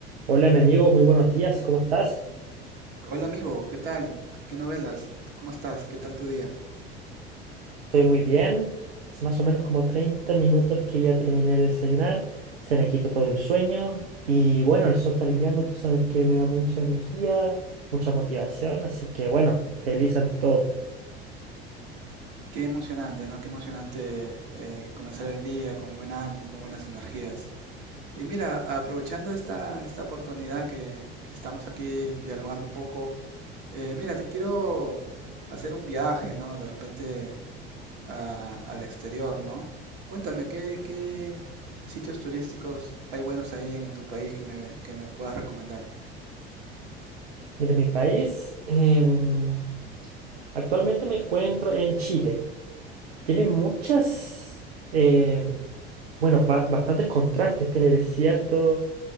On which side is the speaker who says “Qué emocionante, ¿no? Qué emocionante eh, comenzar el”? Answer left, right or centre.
Right